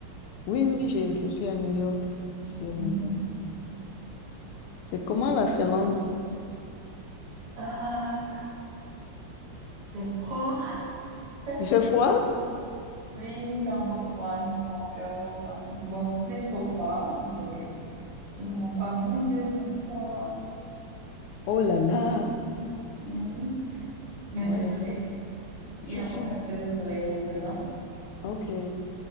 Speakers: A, on the left; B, on the right.
A: Oui, oui, j'ai- je suis à New York. Je suis à New
B: Mm.
A: York. C'est comment la Finlande?
B: Ah, c'est froid. <laughs>
A: Il fait froid?
B: Oui, il fait encore froid, nous sommes encore, euh, bon, plus trop froid, mais nous sommes encore moins 2, moins trois.
A: Oh là là.
B: oui. Mais
A: Ouais,
B: le soleil,
A: moi, je,
B: hier,
A: je suis...
B: on a un peu de soleil maintenant.
A: OK.